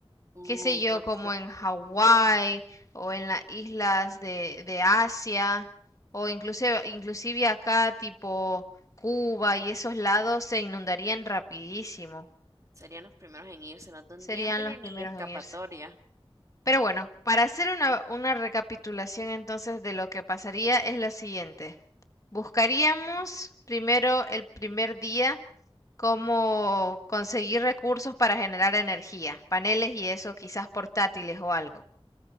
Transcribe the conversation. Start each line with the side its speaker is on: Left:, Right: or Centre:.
Right: Uh,
Left: qué sé yo,
Right: por
Left: como
Right: eso
Left: en Hawái o en las islas de, de Asia o inclusive, inclusive acá tipo Cuba y esos lados se inundarían rapidísimo.
Right: serían los primeros en irse, no tendrían
Left: Serían
Right: pero
Left: los primeros
Right: ni escapatoria.
Left: en irse. Pero bueno, para hacer una, una recapitulación entonces de lo que pasaría es lo siguiente. Buscaríamos primero el primer día cómo conseguir recursos para generar energía, paneles y eso, quizás portátiles o algo.